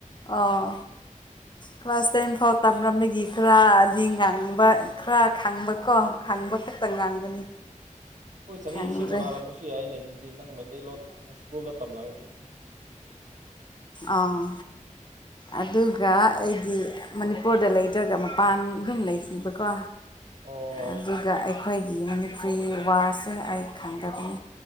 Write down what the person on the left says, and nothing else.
ꯑꯣ ꯀ꯭ꯂꯥꯁ ꯇꯦꯟ ꯐꯥꯎ ꯇꯝꯔꯝꯕꯒꯤ ꯈꯔꯗꯤ ꯉꯥꯡꯕ ꯈꯔ ꯈꯥꯡꯕꯀꯣ ꯈꯥꯡꯕ ꯈꯛꯇ ꯉꯥꯡꯕꯅꯤ
ꯈꯪꯗ꯭ꯔꯦ
ꯑꯥ ꯑꯗꯨꯒ ꯑꯩꯗꯤ ꯃꯅꯤꯄꯨꯔꯗ ꯂꯩꯇ꯭ꯔꯒ ꯃꯄꯥꯟ ꯑꯗꯨꯝ ꯂꯩꯈꯤꯕꯀꯣ
ꯑꯗꯨꯒ ꯑꯩꯈꯣꯏꯒꯤ ꯃꯅꯤꯄꯨꯔꯤ ꯋꯥꯁꯁꯦ ꯑꯩ ꯈꯪꯗꯕꯅꯤ